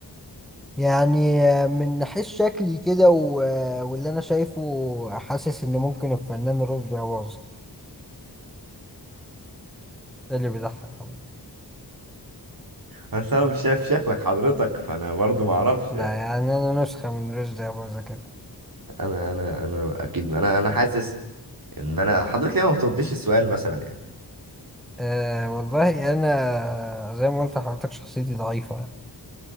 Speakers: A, in the centre; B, on the right (about 55°).
A: يعني آه، من ناحية شكلي كده و- آه، واللي انا شايفه حاسس ان ممكن الفنان رشدي أباظة ده اللي بيضحك أوي.
B: بس انا مش شايف شكلك حضرتك فانا برضو ما اعرفش
A: ده
B: يعني
A: يعني انا نسخة من رشدي أباظة كده
B: انا انا انا اكيد انا انا حاسس ان انا حضرتك ليه ما بترديش السؤال مثلا يعني
A: أه والله انا زي ما قلت لحضرتك شخصيتي ضعيفة يعني.